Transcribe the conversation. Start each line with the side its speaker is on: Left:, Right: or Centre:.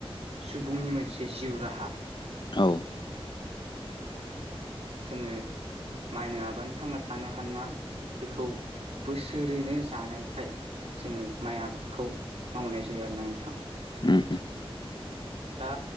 Right: सुबुंनि मोनसे जिउ राहा
Left: औ
Right: जोङो माइ नङाबानो थांना थानो हानाय नङा बेखौ बोसोरैनो जानायखाय जोङो माइ आबादखौ मावनाय जायो आरोना नोंथां
Left: ओम ओम
Right: दा